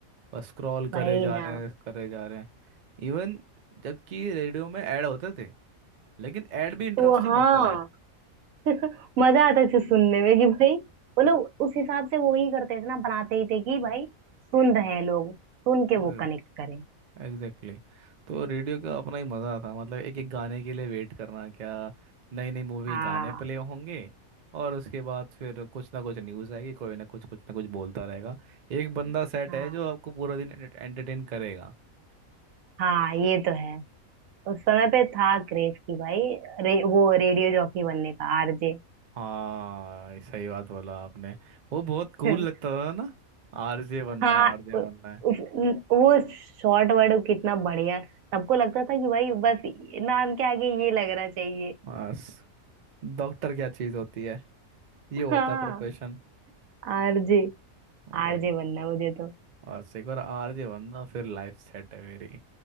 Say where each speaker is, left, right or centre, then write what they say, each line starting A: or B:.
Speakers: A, on the right; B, on the right.
A: बस स्क्रॉल करे
B: भाई
A: जा
B: ना
A: रहे हैं करे जा रहे हैं इवन जबकि रेडियो में ऐड होते थे लेकिन ऐड भी इंटरेस्टिंग
B: वो हाँ
A: होता
B: <laughs> मजा आता था सुनने में कि भाई वो लोग उस हिसाब से वो ही करते थे ना बनाते ही थे कि भाई सुन रहे हैं लोग सुन के
A: थे
B: वो कनेक्ट करें
A: Exactly exactly. तो रेडियो का अपना ही मज़ा था मतलब एक एक गाने के लिए वेट करना क्या नई नई मूवी
B: हाँ
A: के गाने प्ले होंगे और उसके बाद फिर कुछ ना कुछ न्यूज़ आएगी कोई ना कुछ कुछ ना कुछ बोलता रहेगा एक बंदा सेट
B: हाँ
A: है जो आपको पूरा दिन एंटरटेन करेगा
B: हाँ ये तो है उस समय पे था क्रेज की भाई रे, वो रेडियो जॉकी बनने का आरजे
A: हाँ सही बात बोला आपने वो बहुत कूल
B: <laughs>
A: लगता था ना आरजे बनना
B: हाँ
A: है आरजे
B: उ, उस,
A: बनना है
B: न- वो शॉर्ट वर्ड कितना बढ़िया सबको लगता था कि भाई बस नाम के आगे ये लगना चाहिए
A: बस डॉक्टर क्या चीज़ होती है ये
B: <laughs>
A: होता
B: हाँ
A: है प्रोफेशन
B: आरजे
A: वही
B: आरजे बनना है मुझे तो
A: बस एक बार आरजे बनना फिर लाइफ सेट है मेरी